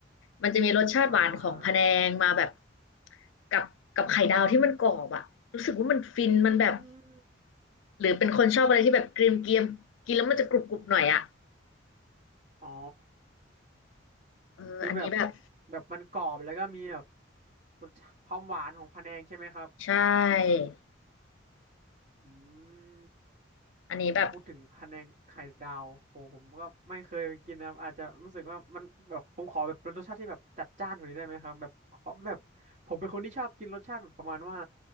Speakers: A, on the left; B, on the right.
A: มันจะมีรสชาติหวานของพะแนงมาแบบ
B: อ่า
A: กับกับไข่ดาวที่มันกรอบอะรู้สึกว่ามันฟินมันแบบ
B: อืม
A: หรือเป็นคนชอบอะไรที่แบบเกรียมเกียมกินแล้วมันจะกรุบกรุบหน่อยอะ
B: อ๋อ
A: เอออันนี้แบบ
B: คือแบบแบบมันกรอบแล้วก็มีแบบรสชาติความหวานของพะแนงใช่ไหมครับ
A: ใช่
B: อืม
A: อันนี้แบบ
B: โหพูดถึงพะแนงไข่ดาวโหผมก็ไม่เคยกินนะครับอาจจะรู้สึกว่ามันแบบผมขอแบบเป็นรสชาติที่แบบจัดจ้านกว่านี้ได้ไหมครับแบบขอแบบผมเป็นคนที่ชอบกินรสชาติแบบประมาณว่า